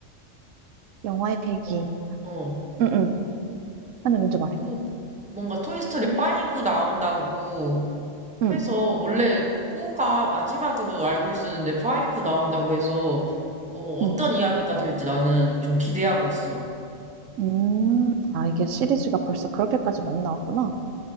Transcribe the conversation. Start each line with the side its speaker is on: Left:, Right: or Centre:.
Right: 영화
Centre: 또
Right: 얘기.
Centre: 뭐, 어,
Right: 응응. 아니, 먼저 말해.
Centre: 또 뭔가 토이스토리 5 나온다고
Right: 응,
Centre: 해서, 원래 4가 마지막으로 알고 있었는데 5 나온다고 해서, 어,
Right: 응.
Centre: 어떤 이야기가 될지 나는 좀 기대하고 있어.
Right: 음, 아, 이게 시리즈가 벌써 그렇게까지 많이 나왔구나.